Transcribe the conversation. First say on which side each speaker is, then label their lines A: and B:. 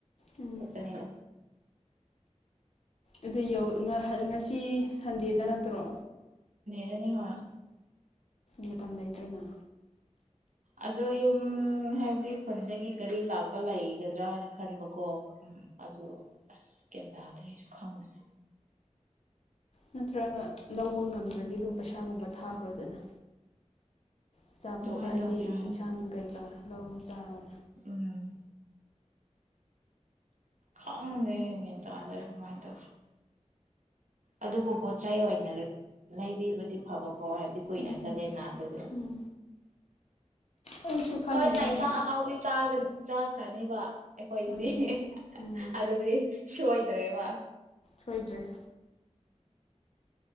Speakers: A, on the left (about 60°); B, on the right (about 85°).
A: ꯎꯝ
B: ꯄꯨꯠꯇꯅꯩꯅ
A: ꯑꯗꯨ ꯌ ꯉꯁꯤ ꯁꯟꯗꯦꯗ ꯅꯠꯇ꯭ꯔꯣ
B: ꯌꯥꯅꯤ ꯍ
A: ꯃꯇꯝ ꯂꯩꯇ꯭ꯔꯦꯅ
B: ꯑꯣ ꯌꯨꯝ ꯍꯥꯏꯕꯗꯤ ꯈꯨꯟꯗꯒꯤ ꯒꯥꯔꯤ ꯂꯥꯛꯄ ꯂꯩꯒꯗ꯭ꯔꯥ ꯍꯥꯏꯅ ꯈꯟꯕꯀꯣ ꯎꯝ ꯑꯗꯨ ꯑꯁ ꯒ꯭ꯌꯥꯟ ꯇꯥꯗ꯭ꯔꯦꯁꯨ ꯈꯪꯗ꯭ꯔꯦ
A: ꯅꯠꯇ꯭ꯔꯒ ꯂꯧꯕ ꯉꯝꯗ꯭ꯔꯗꯤ ꯑꯗꯨꯝ ꯄꯩꯁꯥꯒꯨꯝꯕ ꯊꯥꯈ꯭ꯔꯣꯗꯅ ꯑꯆꯥꯄꯣꯠ
B: ꯑꯗꯨꯃꯥꯏꯅ
A: ꯍꯥꯏꯗꯤ
B: ꯇꯧꯁꯦ ꯍꯥꯏ
A: ꯌꯦꯟꯁꯥꯡ ꯀꯩꯀꯥ ꯂꯧꯖꯥꯔꯅꯤ
B: ꯎꯝ ꯈꯪꯗꯦ ꯌꯦ ꯇꯗ ꯀꯃꯥꯏꯅ ꯇꯧꯁꯨ ꯑꯗꯨꯕꯨ ꯄꯣꯠꯆꯩ ꯑꯣꯏꯅ ꯂꯩꯕꯤꯕꯗꯤ ꯐꯕ ꯍ ꯍꯥꯏꯦꯕꯤ ꯀꯅ
A: ꯎꯝ
B: ꯆꯂꯦ ꯅꯅꯥꯗꯖ
A: ꯎꯝ ꯑꯩꯁꯨ ꯈꯜꯂꯤꯅꯦ
B: ꯍꯣꯏ ꯆꯥ ꯍꯥꯎꯕꯨꯗꯤ ꯆꯥꯒ ꯆ ꯀꯅꯤꯕ ꯑꯩꯈꯣꯏ ꯑꯗꯨꯗꯤ
A: ꯎꯝ ꯎꯝ
B: ꯑꯗꯨꯗꯤ ꯁꯣ ꯠꯇꯦ ꯋꯥ
A: ꯁꯣꯏꯗ꯭ꯔꯦ